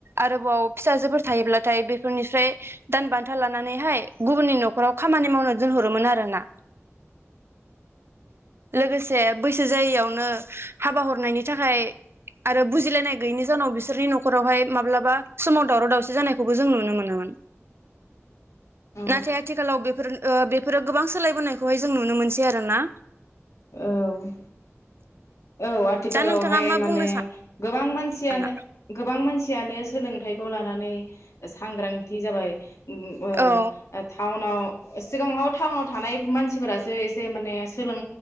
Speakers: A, on the right; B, on the left.
A: आरोबाव फिसाजोफोर थायोब्लाथाय बेफोरनिफ्राय दान बान्था लानानैहाय गुबुननि न'खराव खामानि मावनो दोनहरोमोन आरोना लोगोसे। बैसो जायियावनो हाबा हरनायनि थाखाय आरो बुजिलायनाय गैयैनि जाहनाव बिसोरनि न'खरावहाय माब्लाबा समाव दावराव दावसि जानायखौबो जों नुनो मोनोमोन
B: औ
A: नाथाय आथिखालाव बेफोर बेफोरो गोबां सोलायबोनायखौहाय जों नुनो मोनसै आरो ना।
B: औ औ आथिखालावहाय
A: दा नोंथाङा मा
B: माने
A: बुंनो
B: गोबां मानसियानो
A: सानो
B: गोबां मानसि सियानो सोलोंथाइखौ लानानै सांग्रांथि जाबाय ओ
A: औ
B: टाउनाव सिगाङाव टाउनाव थानाय मानसिफोरासो एसे माने सोलों